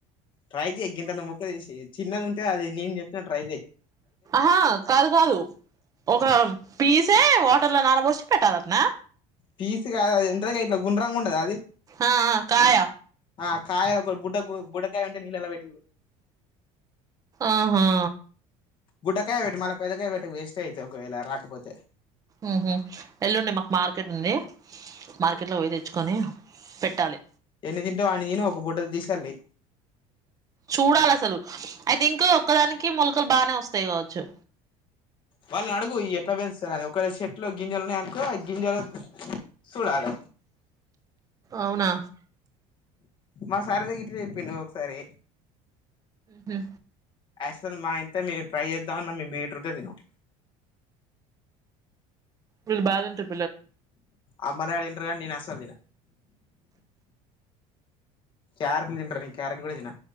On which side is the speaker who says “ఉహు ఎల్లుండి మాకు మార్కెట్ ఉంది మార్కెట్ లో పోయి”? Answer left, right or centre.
Right